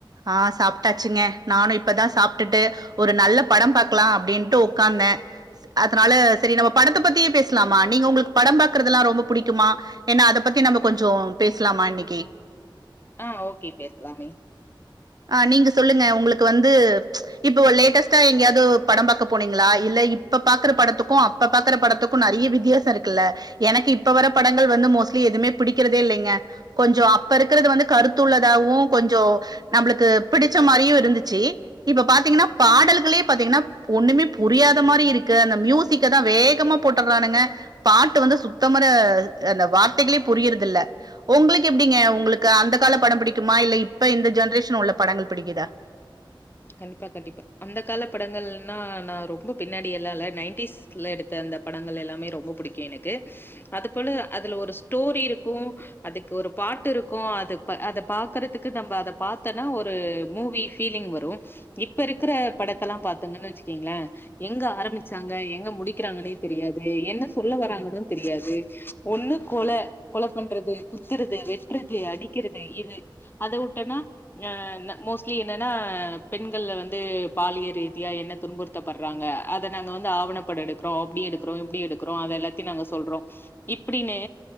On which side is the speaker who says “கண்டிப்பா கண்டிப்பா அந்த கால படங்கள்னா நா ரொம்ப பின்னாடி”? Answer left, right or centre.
Left